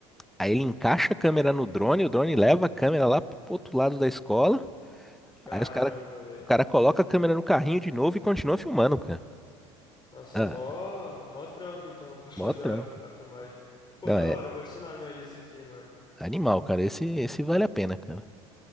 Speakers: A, in the centre; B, on the left (about 30°).
A: Aí ele encaixa a câmera no drone, o drone leva a câmera lá pro outro lado da escola.
B: Caramba,
A: Aí os cara,
B: velho.
A: o cara coloca a câmera no carrinho de novo e continua filmando, cara.
B: Nossa,
A: Ah,
B: é mó, mó trampo então <laughs> pra fazer
A: mó trampo.
B: a, a filmagem. Pô,
A: Não,
B: da
A: é
B: hora, eu vou adicionar na minha lista aqui, mano.
A: animal, cara. Esse, esse vale a pena, cara.